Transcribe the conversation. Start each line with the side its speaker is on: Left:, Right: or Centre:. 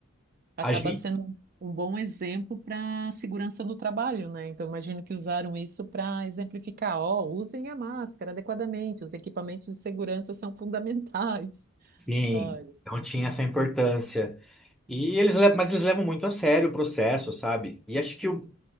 Right: acaba
Centre: a gente,
Right: sendo um um bom exemplo para segurança no trabalho, né? Então, imagino que usaram isso para exemplificar, ó, usem a máscara adequadamente, os equipamentos de segurança são fundamentais. <laughs>
Centre: sim,
Right: Olha.
Centre: não tinha essa importância. E eles, le- mas eles levam muito a sério o processo, sabe? E acho que o-